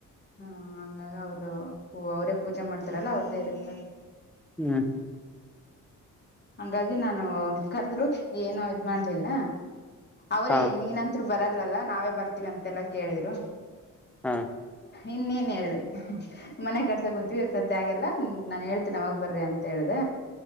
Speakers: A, on the left; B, in the centre.
A: ಹಾ ಹಂಗ ಅವರು ಅವರೇ ಪೂಜೆ ಮಾಡ್ತಾರಲ್ಲ ಅವ್ರ್ದೇ ಇರುತ್ತಾರೆ
B: ಹ್ಞ ಹ
A: ಹಂಗಾಗಿ ನಾನು ಕರೆದ್ರು ಏನು ಇದ್ ಮಾಡ್ಲಿಲ್ಲ ಅವ್ರೇ
B: ಹಾ
A: ನೀನ ರು ಬರಲ್ಲಲ್ಲ ನಾವೇ ಬರ್ತೀವಿ ಅಂತೆಲ್ಲಾ ಕೇಳಿದ್ರು
B: ಹಾ
A: ಇನ್ನೇನ್ ಹೇಳಿ ಮನೆ ಕಟ್ಸ ಕುಂತೀವಿ ಸದ್ಯ ಆಗೆಲ್ಲ ನಾನ್ ಹೇಳ್ತೇನೆ ಅವಾಗ ಬರ್ರಿ ಅಂತ ಹೇಳ್ದ